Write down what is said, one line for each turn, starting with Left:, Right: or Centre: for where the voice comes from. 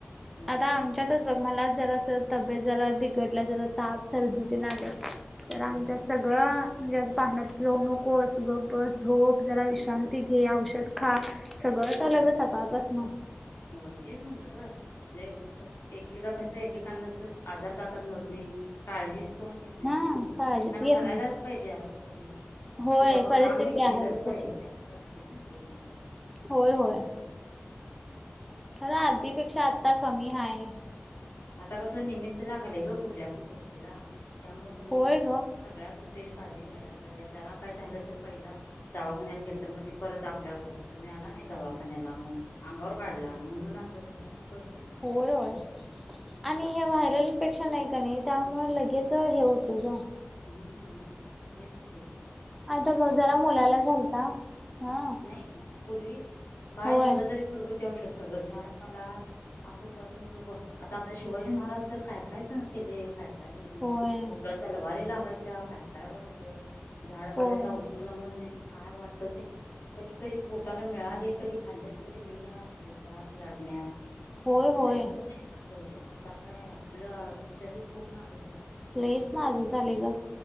Left: होय
Centre: आता आमच्यातच बघ मला जरा तब्येत जरा बिघडलं जरा ताप सर्दी तर आमच्या
Left: होय काय
Centre: सगळं म्हणजे असं पाण्यात जाऊ नकोस गबस झोप जरा विश्रांती घे औषध खा सगळं
Left: हम्म
Centre: चालूय ग सकाळपासन
Left: होय तेच म्हंटलं ग म्ह एकदा कसं एकेकांनाच आजार का कमी होत नाही काळजीच कोण घेत नाहीत
Centre: हा
Left: नाही म्हणजे समज
Centre: काळजीच
Left: एकाना
Centre: घेत
Left: करायलाच
Centre: नाही
Left: पाहिजे असं घरी
Centre: होय
Left: कि बाबा
Centre: परिस्थिती
Left: काम हे केलंच
Centre: आहे
Left: पाहिजे
Centre: तशी.
Left: असं असते ना एखांच्यात
Centre: होय होय खरं आधीपेक्षा आता कमी आहे.
Left: आता कसं निमित्त लागालय ग कुठल्या पण गोष्टीला त्यामु कोणी
Centre: होय ग.
Left: सगळ्या गोष्टीची काळजी घ्यायलाच. जे जरा काय झालं तर पहिला दावाखान्याला गेल तर मग ते परत आपल्यावर बसते तुम्ही आला नाही दवाखान्याला म अंगावर काढला म्हणून असं झालं असं होते
Centre: होयय आणि हे व्हायरल इनफेक्शन आहे का नाही म लगेच हे होते ग.
Left: हम्म तेच ते.
Centre: आता ग जरा मुलाला झालता हा
Left: नाही पूर्वी काय
Centre: होय
Left: झालं तरी घरगुती औषध सगळं झाडपाला असं करून लोक आता आपल्या शिवाजी महाराज तर काय काय सण केले काय काय नाही
Centre: होय
Left: एवढ्या तलवारी लागायच्या काय काय व्हायचं झाड पाल्याचा
Centre: होय
Left: औषधणून त्यांनी काय वाटत ते कधी कधी फु ला मिळालेय कधी खाल्लेत कधी नाही या युद्धात लढण्यात
Centre: होय होय
Left: तरी पण तेने घटत होते आता काय आपलं शरीर खूप नाजक
Centre: लईच ना आजूक झाले ग